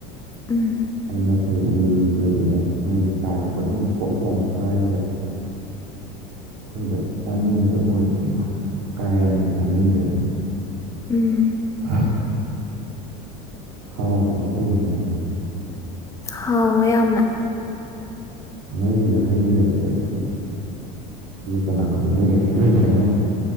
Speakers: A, on the right; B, on the left.
A: <inaudible>
B: ꯎꯝ
A: ꯑꯗꯨꯅ ꯑꯩꯈꯣꯏ ꯃꯨꯜꯂꯗꯤꯅꯦ ꯃꯣꯏꯁꯦ ꯇꯥꯔꯛꯄꯗꯅ ꯐꯣꯛ ꯂꯥꯎꯅ ꯀꯥꯏꯔꯒ ꯑꯩꯈꯣꯏꯗꯣ ꯆꯥꯅꯤꯡꯕꯗꯣ ꯑꯣꯏꯗꯕ ꯀꯥꯥꯏ ꯇꯃꯤꯣ
B: ꯎꯝ
A: <inaudible> ꯍꯥꯎꯕꯔꯣ ꯑꯩꯈꯣꯏꯒꯤ ꯍꯩꯅꯧꯕꯗꯣ
B: ꯍꯥꯎꯋꯦ ꯌꯥꯝꯅ
A: ꯅꯣꯏꯒꯤꯗ ꯍꯩ ꯂꯩꯕꯗꯣ ꯀꯅꯥ <inaudible> ꯅꯣꯏꯒꯤ-ꯅꯣꯏꯒꯤ ꯍꯩꯅꯧ